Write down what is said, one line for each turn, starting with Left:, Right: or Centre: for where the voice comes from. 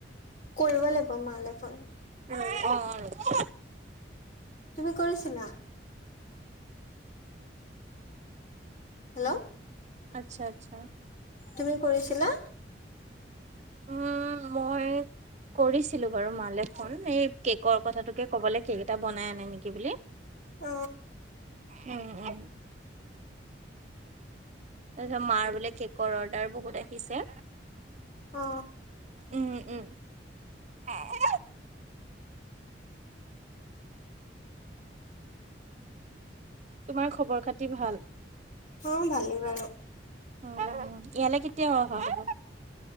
Left: কৰিব লাগিব মালে ফোন
Right: অ, অ ৰব
Left: তুমি কৰিছিলা। হেল্ল',
Right: আচ্ছা, আচ্ছা
Left: তুমি কৰিছিলা।
Right: উম মই কৰিছিলো বাৰু মালে ফোন এই কেকৰ কথাটোকে ক'বলে কেক এটা বনাই আনে নেকি বুলি
Left: অ
Right: উম উম তাৰপিছত মাৰ বোলে কেকৰ অৰ্ডাৰ বহুত আহিছে
Left: অ।
Right: উম উম, আ এ তোমাৰ খবৰ খাতি ভাল?
Left: অ ভালেই বাৰু।
Right: উম ইয়ালে কেতিয়া অহা হব‌?